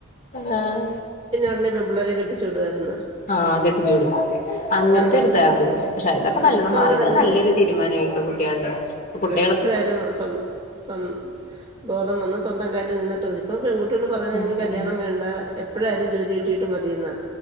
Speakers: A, on the left; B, on the right.
A: ആഹ്
B: മുന്നേ പെമ്പുള്ളരെ കെട്ടിച്ച് വിടുവാരുന്നു
A: ആഹ് കെട്ടിച്ചു വിടും അങ്ങനെത്തെ
B: ആഹ്
A: ഒരു ഇതാരുന്നു
B: ഇപ്പൊ
A: പക്ഷെ അതിന്നൊക്കെ
B: ആഹ്
A: നല്ലോണം
B: ഇപ്പൊ
A: മാറീണ്ട്
B: അങ്ങനെയല്ലല്ലേ
A: അത് നല്ലൊരു തീരുമാനായിട്ട് പ്പൊ കുട്ടികളുടെ ഇപ്പ കുട്ടികൾ
B: എപ്പഴായാലും സ്വ സ്വ ബോധം വന്ന് സ്വന്തം കാലിൽ നിന്നിട്ട് മതി ഇപ്പൊ പെൺകുട്ടികള് പറയുന്നെ ഞങ്ങക്ക്
A: ഉം
B: കല്യാണം വേണ്ട എപ്പഴായാലും ജോലി കിട്ടീട്ട് മതിയെന്നാ